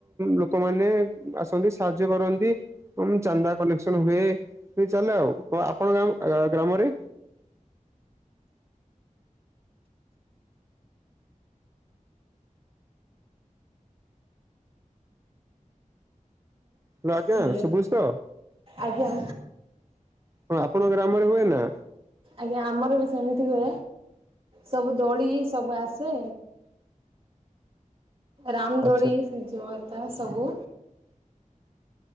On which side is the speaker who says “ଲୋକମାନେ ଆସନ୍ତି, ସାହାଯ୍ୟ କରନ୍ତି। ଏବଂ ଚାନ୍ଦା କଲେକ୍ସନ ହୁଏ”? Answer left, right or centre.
Right